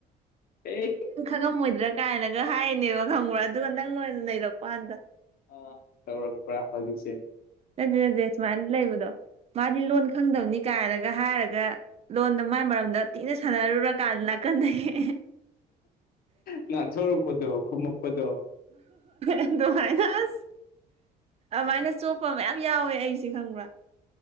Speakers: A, on the left; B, on the right.
A: ꯑꯦ
B: ꯉꯝ ꯑꯣꯏꯣꯏꯗ꯭ꯔꯥ ꯀꯥꯏꯅꯒ ꯍꯥꯏꯅꯦꯕ ꯈꯪꯕ꯭ꯔꯥ ꯑꯗꯨꯒ ꯅꯪ ꯑꯣꯏꯅꯥ ꯅꯩꯔꯛꯄꯩ ꯋꯥꯅꯤꯗ
A: ꯑꯥ ꯇꯧꯔꯛꯄ꯭ꯔꯥ ꯍꯧꯖꯤꯛꯁꯦ
B: ꯅꯠꯇꯦ ꯅꯠꯇꯦ ꯁꯨꯃꯥꯏꯅ ꯂꯩꯕꯗꯣ ꯃꯥꯗꯤ ꯂꯣꯟ ꯈꯪꯗꯕꯅꯤ ꯀꯥꯏꯅꯒ ꯍꯥꯏꯔꯒ ꯂꯣꯟꯗꯣ ꯃꯥꯏ ꯃꯔꯝꯗ ꯊꯤꯅ ꯁꯥꯟꯅꯔꯨꯔꯀꯥꯟꯗ ꯅꯥꯀꯟꯗꯒꯤ
A: ꯉꯥꯡꯊꯣꯛꯔꯛꯄꯗꯣ ꯈꯨꯝꯃꯛꯄꯗꯣ
B: ꯑꯗꯨꯃꯥꯏꯅꯥ ꯑꯁ ꯀꯃꯥꯏꯅ ꯆꯣꯞꯄ ꯃꯌꯥꯝ ꯌꯥꯎꯋꯦ ꯑꯩꯁꯦ ꯈꯪꯕ꯭ꯔꯥ